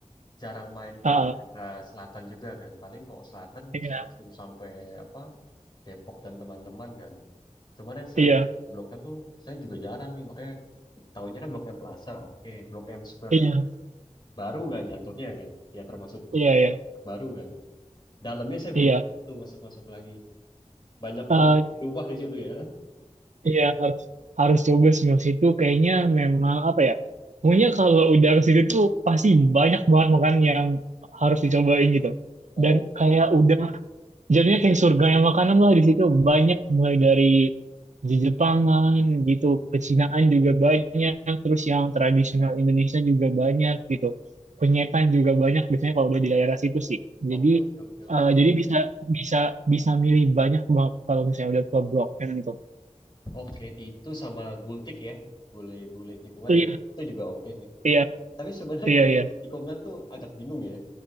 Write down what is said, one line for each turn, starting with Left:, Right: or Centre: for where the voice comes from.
Left: jarang main
Right: Ah,
Left: ke daerah selatan juga kan. Paling kalau selatan
Right: iya
Left: langsung sampai apa Depok dan teman-teman kan. Cuman yang saya
Right: iya
Left: Blok M tuh saya juga jarang nih makanya tahunya kan Blok M Plaza. Oke, Blok M Square
Right: iya
Left: itu baru kan jatuhnya kan. Ya termasuk
Right: iya iya
Left: baru kan. Dalamnya saya
Right: iya
Left: belum tuh masuk-masuk lagi. Banyak
Right: Eh,
Left: udah berubah di situ ya.
Right: iya harus harus coba sih Mas. itu kayaknya memang apa ya? Pokoknya kalau udah ke situ tuh pasti banyak banget makanan yang harus dicobain gitu.
Left: Oke.
Right: Dan kayak udah Jadinya kayak surga yang makanan lah di situ banyak mulai dari Jepangan gitu, pecinaan juga banyak, terus yang tradisional Indonesia juga banyak gitu, penyetan juga banyak biasanya kalau udah di daerah situ sih.
Left: Oke,
Right: Jadi
Left: oke, oke, oke.
Right: eh, jadi bisa bisa bisa milih banyak banget kalau misalnya udah ke Blok M gitu. itu.
Left: Oke, itu sama gultik ya. Gulai-gulai tikungan
Right: Iya
Left: ya, itu juga oke sih.
Right: iya
Left: Tapi sebenarnya
Right: iya
Left: gulai
Right: iya.
Left: tikungan tuh agak bingung ya.